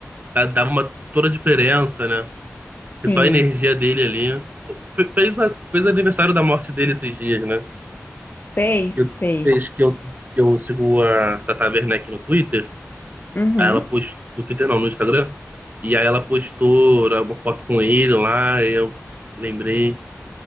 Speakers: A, on the right; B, on the left.
A: da- dava uma toda a diferença, né?
B: Sim,
A: E só a energia dele ali. Pô, fe- Fez, a- fez aniversário da morte dele esses dias, né?
B: Fez,
A: que
B: fez.
A: fez que eu, que eu sigo a Tata Werneck no Twitter.
B: Uhum.
A: Aí ela postou, no Twitter não, no Instagram. E aí ela postou né, uma foto com ele lá, e eu lembrei.